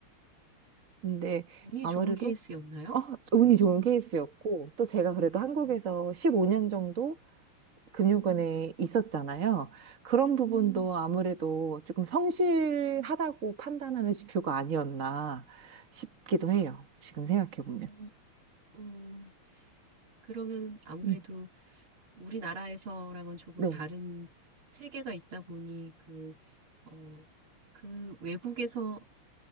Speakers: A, on the right; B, on the right.
A: 근데
B: 운이
A: 아무래도
B: 좋은 케이스였나요?
A: 어, 운이
B: 음.
A: 좋은 케이스였고 또 제가 그래도 한국에서
B: 음,
A: 15년 정도 금융권에
B: 음,
A: 있었잖아요. 그런 부분도
B: 음,
A: 아무래도 조금 성실하다고
B: 음,
A: 판단하는 지표가 아니었나 싶기도 해요. 지금 생각해 보면.
B: 음, 음. 그러면 아무래도
A: 음,
B: 우리나라에서랑은 조금
A: 네.
B: 다른 체계가 있다 보니 그, 어, 그 외국에서의